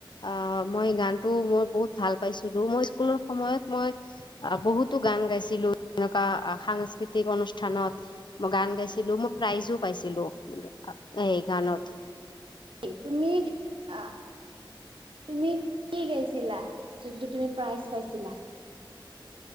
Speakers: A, on the left; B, on the right.
A: আ' মই গানটো মই বহুত ভাল পাইছিলোঁ, মই স্কুলৰ সময়ত মই আ' বহুতো গান গাইছিলোঁ তেনেকুৱা সাংস্কৃতিক অনুষ্ঠানত মই গান গাইছিলোঁ, মই প্ৰাইজো পাইছিলোঁ, আ' এই গানত।
B: এ' তুমি আ' তুমি কি গাইছিলা, যোনটো তুমি প্ৰাইজ পাইছিলা?